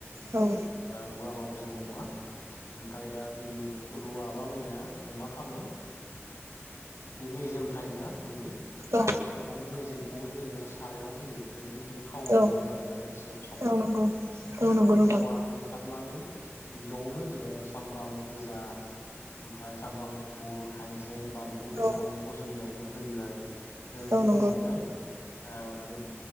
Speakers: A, on the right; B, on the left.
A: औ
B: रुवाबो जेबो नङा ओमफ्राय दा जुदि रुवाबा मनिया जों मा खालामो बे मिेजियाम थायोना बेनि
A: औ
B: अमानि मेजेमखौबो जोङो सारायाव होयो ओमफ्राय बेनिफ्रायनो थाव
A: औ
B: दिहुनो आरोना एसे संनानै
A: औ नंगौ
B: ओमफ्राय
A: औ नंगौ
B: बे थावा
A: नोंथां
B: ओंखारनानै बिजआवनो जोङो सामब्राम गोजा ओमफ्राय सामब्राम गुफुर हायजें बानलु देना
A: औ
B: लानायखौ जों बेयावनो होयो आरो होनायनि
A: औ नंगौ
B: उनावहाय बे